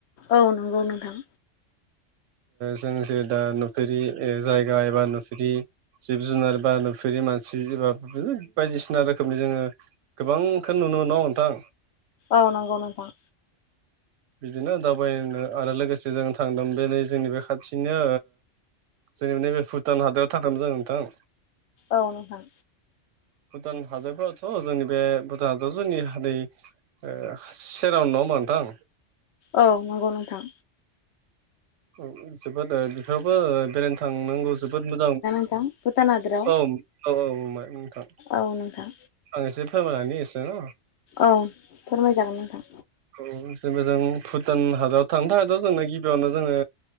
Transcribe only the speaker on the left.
औ नंगौ नोंथां
औ नंगौ नोंथा
औ नोंथां
औ नंगौ नोंथां
भुतान हादोराव
औ नोंथां
औ फोरमायजागोन नोंथां